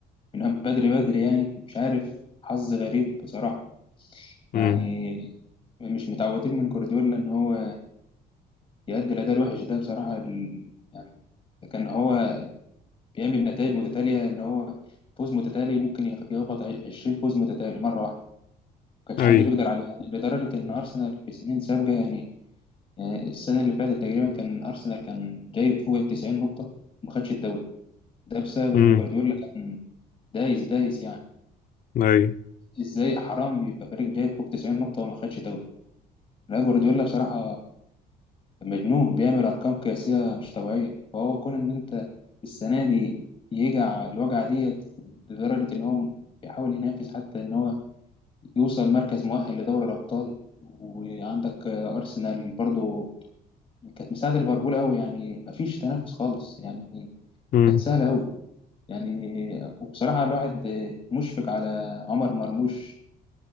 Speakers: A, on the left; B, on the left.
A: من بدري بدري يعني مش عارف حظ غريب بصراحه
B: امم
A: يعني مش متعودين من جوارديولا ان هو يأدي الاداء الوحش ده بصراحه ال... يعني كان هو بيعمل نتائج متتاليه ان هو فوز متتالي ممكن يخ- يخبط 20 فوز متتالي مره واحده ما كانش
B: اي
A: حد بيقدر عليه يعني لدرجه ان ارسنال في سنين سابقه يعني يعني السنه اللي فاتت تقريبا كان ارسنال كان جايب فوق ال 90 نقطه وما خدش الدوري ده بسبب ان
B: امم
A: جوارديولا كان دايس دايس يعني
B: اي
A: ازاي حرام يبقى فريق جاي فوق 90 نقطة وما خدش دوري لا جوارديولا بصراحة مجنون بيعمل ارقام قياسية مش طبيعية فهو كون ان انت السنة دي يجع الوجعة ديت لدرجة ان هو بيحاول ينافس حتى ان هو يوصل مركز مؤهل لدوري الابطال وعندك ارسنال برضو كانت مساعدة ليفربول قوي يعني مفيش تنافس خالص يعني
B: امم
A: كانت سهلة قوي يعني وبصراحة الواحد مشفق على عمر مرموش